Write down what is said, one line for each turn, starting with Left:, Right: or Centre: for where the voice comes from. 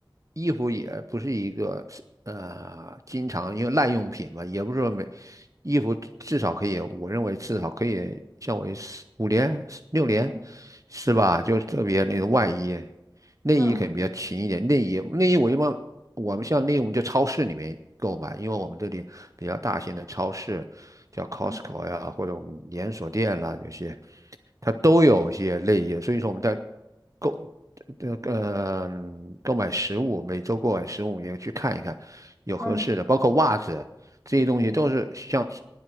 Right: 衣服也不是一个呃经常因为耐用品嘛，也不是说每衣服至至少可以，我认为至少可以像为四五年六年
Left: 嗯
Right: 是吧？就特别那个外衣，内衣肯定比较勤一点。
Left: 嗯
Right: 内衣内衣我一般我们像内衣我们就超市里面购买，因为我们这里比较大型的超市叫 Costco
Left: 嗯
Right: 呀，或者我们连锁店啦，有些它都有一些内衣，所以说我们在。购这个呃购买食物，每周购买食物也去看一看，有合适的，
Left: 嗯
Right: 包括袜子这些东西都是像
Left: 嗯。